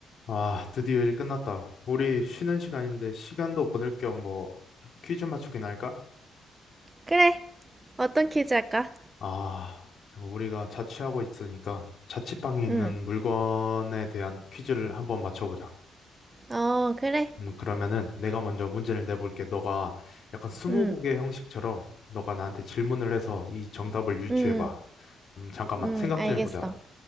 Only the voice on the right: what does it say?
그래. 어떤 퀴즈 할까?
응.
어, 그래.
응.
응.
응.
응. 알겠어.